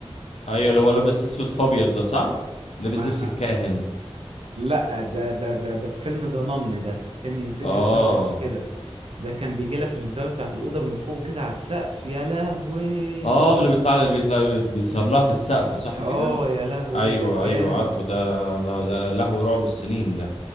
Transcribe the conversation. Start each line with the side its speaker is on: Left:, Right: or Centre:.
Left: ايوه اللي هو لابس اسود فابيض ده صح لابس
Right: أما
Left: لبس
Right: خ-
Left: الكاهن
Right: لا ده ده ده ده في فيلم ذا نن ده تاني انسيديوس
Left: اه
Right: ده ما كانش كده ده كان بيجي لها في الزاويه بتاعه الاوضه من فوق كده على السقف يا لهوي
Left: اه اللي بيطلع اللي بيطلع بيصار لها في السقف صح
Right: اه
Left: كده
Right: يا لهوي
Left: ايوه
Right: ده كان
Left: ايوه عارفه ده لا- لا- لهو رعب السنين ده